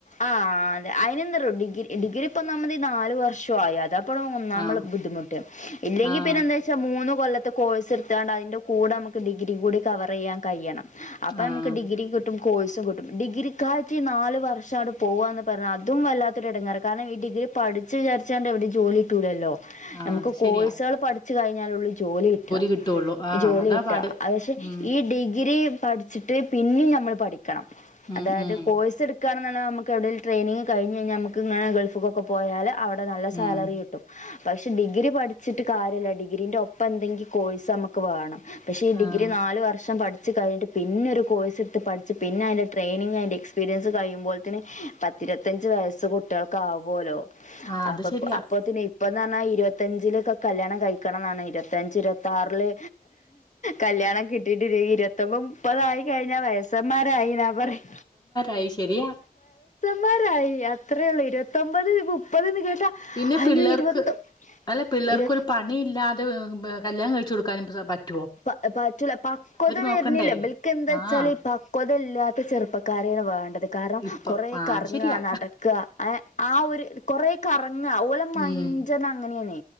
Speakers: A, on the left; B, on the left.
A: ആഹ് അതെ അയിനെന്താറോ ഡിഗ്രി ഡിഗ്രി ഇപ്പൊന്നാമതീ നാല് വർഷായി അതാ ള്ളെ ഒന്നാമ്മള്ളെ
B: ആഹ്
A: ബുദ്ധിമുട്ട് ഇല്ലെങ്കിപിന്നെന്താച്ചാ
B: ആഹ്
A: മൂന്ന കൊല്ലത്തെ കോഴ്സ്ട്ത്ത്ങ്ങാണ്ട് അയിൻ്റെ കൂടെ മ്മക്ക് ഡിഗ്രി കൂടി കവറീയ്യാൻ കയ്യണം. അപ്പ
B: ആഹ്
A: ഞമ്മക്ക് ഡിഗ്രീം ക്ട്ടും കോഴ്സും ക്ട്ടും ഡിഗ്രിക്കായ്റ്റീ ഈ നാല് വർ ഷങ്ങട്ട് പോവാന്ന് പറഞ്ഞാ അതും വല്ലാതൊര് എടങ്ങേറ്. കാരണം ഈ ഡിഗ്രി പഠിച്ചു വിചാരിച്ച്ങ്ങാട്ട് എവടീം ജോലിക്ട്ടൂലല്ല
B: ആഹ്
A: നമ്മക്ക്
B: അത്
A: കോഴ്സാള്
B: ശരിയാ
A: പഠിച്ച് കഴിഞ്ഞാലൊള്ളി ജോലി ക്ട്ടാ.
B: കിട്ടുള്ളൂ ആഹ്
A: ജോലി
B: അതാ
A: ക്ട്ടാ.
B: പാട്
A: അ പഷെ
B: ഉം
A: ഈ ഡിഗ്രീം പഠിച്ച്ട്ട് പിന്നീം ഞമ്മള് പഠിക്കണം.
B: ഉം
A: അതായത്
B: ഉം
A: കോഴ്സ് എട് ക്കണം ഞമ്മക്ക് എവടേലും ട്രെനിങ് കഴഞ്കയിഞാ ഞമ്മക്ക് ങ്ങനെ ഗൾഫ് ക്കൊക്കെ പോയാൽ അവടെ നല്ല സാലറി
B: ഉം
A: കിട്ടും. പക്ഷെ ഡിഗ്രി പഠിച്ചിട്ട് കാര്യല്ല ഡി ഗ്രീന്റെ ഒപ്പന്തെങ്കിലും കോഴ്സ് നമ്മക്ക് വാണം. പക്ഷെ ഈ ഡിഗ്രി
B: ആഹ്
A: നാല് വർഷം പഠി ച്ച് കഴിഞ്ഞിട്ട് പിന്നെ ഒരു കോഴ്സ്ട്ത്ത് പഠിച്ച് പിന്നയ്ന്റെ ട്രെയിനിങ് അയ്ന്റെ എക്സ്പീരിയൻസ് കഴിയുമ്പോഴത്തിന് പത്തിരുവത്തഅഞ്ചുവയസ്സ് കുട്ടികൾക്ക് ആവോല്ലോ
B: ആഹ് അത്
A: അപ്പപ്
B: ശരിയാ
A: അപ്പത്തിന് ഇപ്പട്ത് പറഞ്ഞാൽ ഇരുപത്തിഞ്ചിലൊക്കെ കല്യാണം കഴിക്കണന്നാണ് ഇരുപത്തിഞ്ച് ഇരുപത്താർല് കല്യാണം കിട്ടിട്ടില്ലങ്കി ഇരുപതൊമ്പത് മുപ്പതായി കഴിഞ്ഞാ വയസ്സമ്മാ രായീന്നാ പറയ്
B: അയ് ശെരിയാ
A: മാരായി അത്രേള്ളൂ ഇരുപത്തൊമ്പത് മുപ്പത് കേട്ടാൽ
B: പിന്നെ
A: അയ്യോ
B: പിള്ളേർക്ക്
A: ഇരുപത്തൊ
B: അല്ല പിള്ളേർക്കൊരു
A: ഇരുപത്
B: പണി ഇല്ലാതെ വ് എ കല്യാണം കയി ച്ചൊട്ക്കാനും സോ പറ്റ്
A: പ പറ്റില്ല പക്വത വര്ന്നില്ല
B: നോക്കണ്ടേ
A: ബൽക്കെന്താച്ചാല്
B: ആഹ്
A: പക്വതൽ ല്ലാത്ത ചെറുപ്പക്കാരെണ് വേണ്ടത്. കാരണം
B: ഇപ്പൊ
A: കൊറേ
B: ആഹ്
A: കറങ്ങാ
B: ശരിയാ
A: നടക്കാ എ ആ ഒര് കൊറേ കറങ്ങാ ഓലം വാങ്ങി
B: ഉം
A: ഞ്ചതങ്ങനേണ്